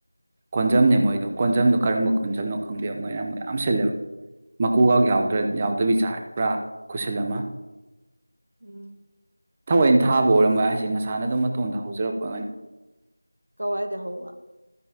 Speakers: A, on the right; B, on the right.
A: ꯀꯣꯟꯖꯝꯅꯦ ꯃꯣꯏꯗꯣ ꯀꯣꯟꯖꯝꯗꯣ ꯀꯔꯝꯕ ꯀꯣꯟꯖꯝꯅꯣ ꯈꯪꯗꯦꯕ ꯃꯣꯏꯅ ꯃꯣꯏ ꯌꯥꯝ ꯁꯤꯜꯂꯦꯕ ꯃꯀꯨꯒ ꯌꯥꯎꯗꯕꯤ ꯆꯥꯔꯦ ꯄꯨꯔꯥ ꯈꯨꯁꯤꯜ ꯑꯃ
B: ꯎꯝ
A: ꯊꯑꯣꯏꯅ ꯊꯥꯕ ꯑꯣꯏꯔꯝꯃꯣꯏ ꯍꯥꯏꯁꯦ ꯃꯁꯥꯅ ꯑꯗꯨꯝ ꯃꯇꯣꯟꯝꯗ ꯍꯧꯖꯔꯛꯄ ꯑꯣꯏꯒꯅꯤ
B: ꯀꯋꯥꯏꯗ ꯍꯋꯥ